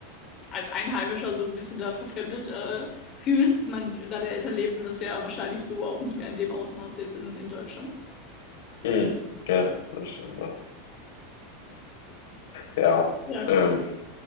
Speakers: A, on the left; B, on the left.
A: als Einheimischer so ein bisschen da verfremdet äh, fühlst, ich meine, deine Eltern leben das ja wahrscheinlich so auch nicht mehr in dem Ausmaß jetzt in, in Deutschland.
B: Mhm. Ja, das stimmt auch. Ja,
A: Ja,
B: ähm,